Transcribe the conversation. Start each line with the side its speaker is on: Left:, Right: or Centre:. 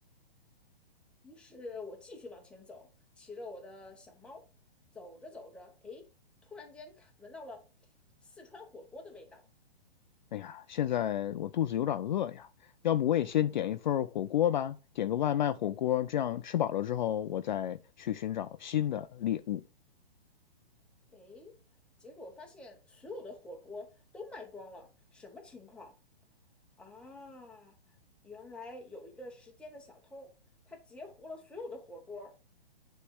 Centre: 于是我继续往前走，骑着我的小猫，走着走着，哎，突然间闻到了四川火锅的味道。
Left: 哎呀，现在我肚子有点饿呀，要不我也先点一份火锅吧，点个外卖火锅，这样吃饱了之后，我再去寻找新的猎物。
Centre: 哎，结果发现所有的火锅都卖光了，什么情况？啊，原来有一个时间的小偷，他截胡了所有的火锅儿。